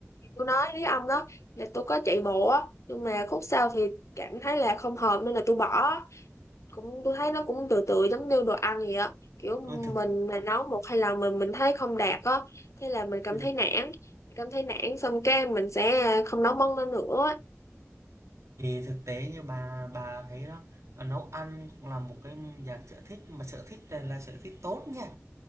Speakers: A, on the left; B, on the right.
A: tôi nói với ông đó là tôi có chạy bộ á nhưng mà khúc sau thì cảm thấy là không hợp nên là tôi bỏ cũng tôi thấy nó cũng tự tự giống như đồ ăn vậy á kiểu
B: tôi thực,
A: mình mà nấu một hai lần mình mình thấy không đạt á thế là mình cảm
B: ừ,
A: thấy nản cảm thấy nản xong cái mình sẽ không nấu món đó nữa á.
B: Thì thực tế như bà bà thấy đó à, nấu ăn cũng là một cái dạng sở thích mà sở thích này là sở thích tốt nha